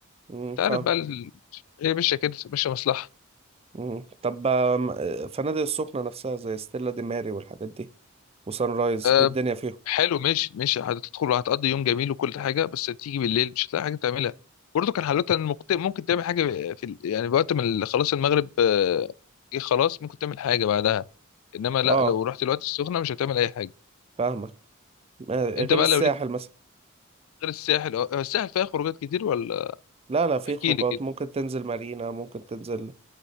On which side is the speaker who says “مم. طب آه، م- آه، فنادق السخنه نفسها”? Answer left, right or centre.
Right